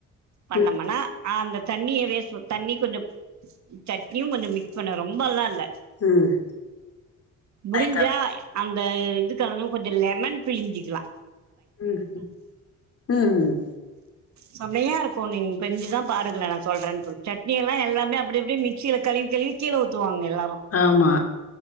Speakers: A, on the right (about 65°); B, on the left (about 50°).
A: பண்ணமனா
B: ம்
A: அந்த தண்ணிய வேஸ் ப தண்ணி கொஞ்சொ சட்னியு கொஞ்ச மிக்ஸ் பண்வே ரொம்பெல்லா இல்ல
B: ம்
A: முடிஞ்சா
B: லைட்டா
A: அந்த இதுக்கலாம கொஞ்சொ லெமன் பிழிஞ்சிக்லா
B: ம் ம் ம் ம்
A: செமையா இருக்கு நீங்க செஞ்சுதா பாருங்களே நா சொல்றன் சொல்லி சட்னி எல்லா எல்லாமே அப்டி அப்டி மிக்சில கழுவி கழுவி கீழ ஊத்துவாங்க எல்லாரு
B: ஆமா